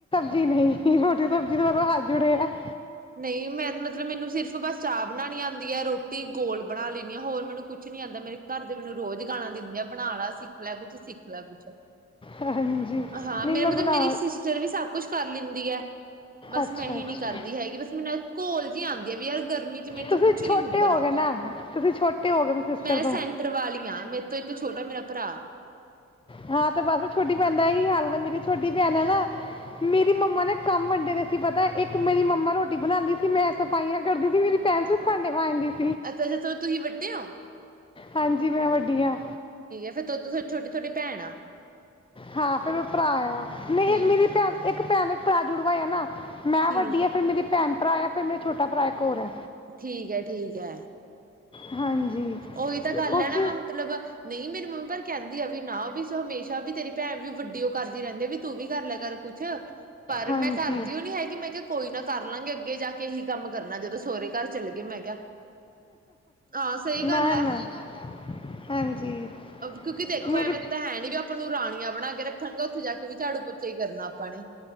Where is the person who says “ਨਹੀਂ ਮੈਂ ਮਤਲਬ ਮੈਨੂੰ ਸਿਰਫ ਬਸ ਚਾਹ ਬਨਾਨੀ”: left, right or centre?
Right